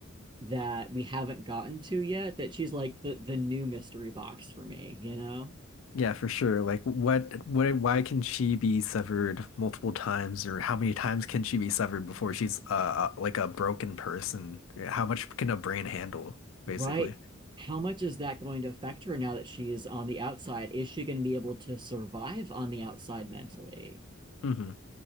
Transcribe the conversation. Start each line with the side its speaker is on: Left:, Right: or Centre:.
Right: that we haven't gotten to yet that she's like the the new mystery box for me, you know?
Left: Yeah, for sure. Like what what why can she be severed multiple times or how many times can she be severed before she's uh uh, like a broken person? How much can a brain handle,
Right: Right?
Left: basically?
Right: How much is that going to affect her now that she is on the outside? Is she going to be able to survive on the outside mentally?
Left: hmm